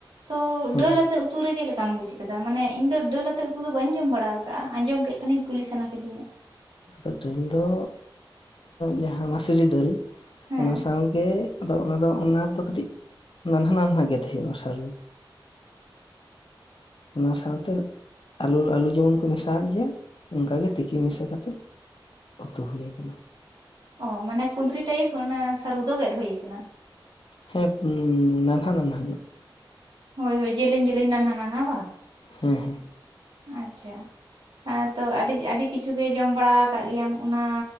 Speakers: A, on the right; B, on the left.
A: ᱛᱚ
B: ᱦᱮᱸ
A: ᱰᱟᱹᱞ ᱟᱛᱮᱜ ᱩᱛᱼᱼ ᱩᱛᱩ ᱨᱮ ᱪᱮᱫ ᱞᱮᱠᱟᱢ ᱵᱩᱽ ᱠᱟᱫᱟ ᱢᱟᱱᱮ ᱤᱧ ᱫᱚ ᱰᱟᱹᱞ ᱟᱛᱮᱜ ᱩᱛᱩ ᱫᱚ ᱵᱟᱹᱧ ᱡᱚᱢ ᱵᱟᱲᱟ ᱟᱠᱟᱜ-ᱟ ᱟᱸᱡᱚᱢ ᱠᱮᱜ ᱠᱷᱟᱱᱤᱧ ᱠᱩᱞᱤ ᱥᱟᱱᱟ ᱠᱤᱫᱤᱧᱟ᱾
B: ᱟᱫᱚ ᱰᱟᱹᱞ ᱫᱚ ᱡᱟᱦᱟᱸ ᱢᱟᱥᱨᱤ ᱰᱟᱹᱞ
A: ᱦᱮᱸ
B: ᱚᱱᱟ ᱥᱟᱶᱜᱮ ᱟᱫᱚ ᱚᱱᱟ ᱫᱚ ᱚᱱᱟ ᱫᱚ ᱠᱟᱹᱴᱤᱡ ᱱᱟᱱᱦᱟ ᱱᱟᱱᱦᱟ ᱜᱮ ᱛᱟᱦᱮ ᱦᱩᱭᱩᱜᱼᱟ ᱥᱟᱹᱨᱩ ᱚᱱᱟ ᱥᱟᱶᱛᱮ ᱟᱹᱞᱩ ᱟᱹᱞᱩ ᱡᱮᱢᱚᱱ ᱠᱚ ᱢᱮᱥᱟᱣᱟᱜ ᱜᱮᱭᱟ ᱚᱱᱠᱟᱜᱮ ᱛᱤᱠᱤ ᱢᱮᱥᱟ ᱠᱟᱛᱮᱜ ᱩᱛᱩ ᱦᱩᱭ ᱟᱠᱟᱱᱟ᱾
A: ᱚ ᱢᱟᱱᱮ ᱠᱩᱸᱫᱽᱨᱤ ᱴᱟᱹᱭᱤᱯ ᱚᱱᱟ ᱥᱟᱨᱩ ᱫᱚ ᱜᱮᱫ ᱦᱩᱭ ᱠᱟᱱᱟ᱾
B: ᱦᱮᱸᱯ ᱱᱟᱱᱦᱟ ᱱᱟᱱᱦᱟ ᱧᱚᱜ᱾
A: ᱦᱚᱭ ᱦᱚᱭ ᱡᱤᱞᱤᱧ ᱡᱤᱞᱤᱧ ᱱᱟᱱᱦᱟ ᱱᱟᱱᱦᱟ ᱵᱟ᱾
B: ᱦᱩᱸ ᱦᱩᱸ᱾
A: ᱟᱪᱪᱷᱟ ᱟᱨ ᱛᱚ ᱟᱰᱤ ᱟᱰᱤᱡ ᱠᱤᱪᱷᱩ ᱜᱮ ᱡᱚᱢ ᱵᱟᱲᱟ ᱟᱠᱟᱜ ᱜᱮᱭᱟᱢ ᱚᱱᱟᱼᱼ